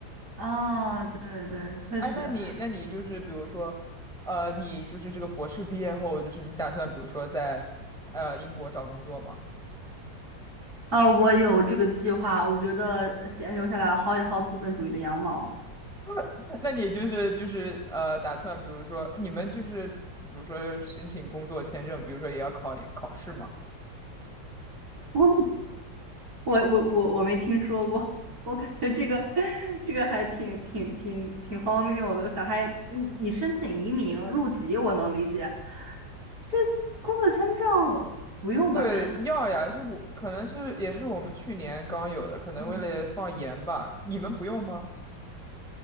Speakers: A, on the right (about 55°); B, in the centre.
A: 啊，对对，确实。
B: 哎，那你那你就是比如说，呃，你就是这个博士毕业后，就是你打算比如说在呃英国找工作吗？
A: 呃，我有这个计划，我觉得先留下来薅一薅资本主义的羊毛。
B: <laughs> 那你就是就是呃打算比如说你们就是就比如说申请工作签证，比如说也要考考试吗？
A: <laughs> 我我我我我没听说过，<laughs> 我感觉这个 <laughs> 这个还挺挺挺挺荒谬的。咋还你你申请移民入籍，我能理解，这工作签证不用吧？
B: 对，
A: <laughs>
B: 要呀，就我可能是也是我们去年刚有的，可能为了放盐吧，
A: 嗯
B: 你们不用吗？